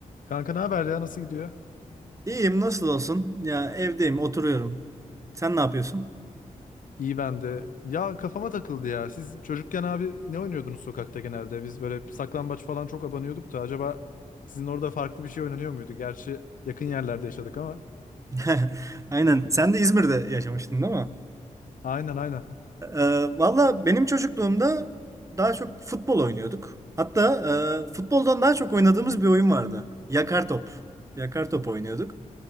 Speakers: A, on the left (about 75°); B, on the right (about 20°).
A: Kanka ne haber ya nasıl gidiyor?
B: İyiyim nasıl olsun? Ya evdeyim oturuyorum. Sen ne yapıyorsun?
A: İyi ben de. Ya kafama takıldı ya. Siz çocukken abi ne oynuyordunuz sokakta genelde? Biz böyle saklambaç falan çok abanıyorduk da acaba sizin orada farklı bir şey oynanıyor muydu? Gerçi yakın yerlerde yaşadık ama.
B: <laughs> Aynen. Sen de İzmir'de yaşamıştın değil mi?
A: Aynen aynen.
B: Ee, valla benim çocukluğumda daha çok futbol oynuyorduk. Hatta e, futboldan daha çok oynadığımız bir oyun vardı. Yakar top. Yakar top oynuyorduk.